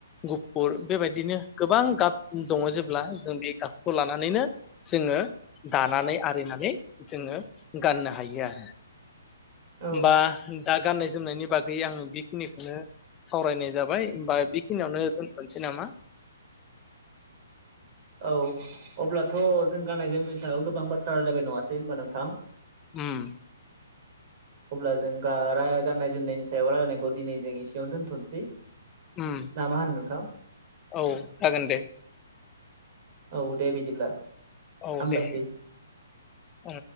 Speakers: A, on the left; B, on the right.
A: गुफुर बेबायदिनो गोबां गाब दङ जेब्ला जों बे गाबखौ लानानैनो जोङो दानानै आरिनानै जोङो गाननो हायो आरो
B: औ
A: बा दा गान जोमनायनि बागै आङो बेखिनिखौनो सावरायनाय जाबाय होमबा बेखिनियावनो दोनथ'नोसै नामा
B: औ अब्लाथ' जों गाननाय जोमनायनि सायाव गोबां बाथ्रा रायलायबाय नङासै होनबा नोंथां
A: उम
B: अब्ला जों गा रा गाननाय जोमनायनि सायाव रायलायनायखौ दिनै जों एसेयावनो दोनथ'नोसै
A: उम
B: ना मा होनो नोंथां
A: औ जागोन दे
B: औ दे बिदिब्ला
A: औ
B: हामबायसै
A: दे उ